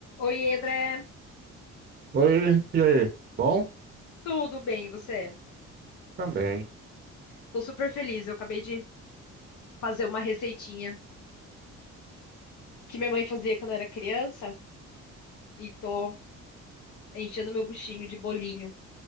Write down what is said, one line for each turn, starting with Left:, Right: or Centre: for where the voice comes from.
Left: Oi, André.
Right: Oi, e aí? Bom?
Left: Tudo bem, e você?
Right: Também.
Left: Tô super feliz. Eu acabei de fazer uma receitinha que minha mãe fazia quando eu era criança e tô enchendo meu buchinho de bolinho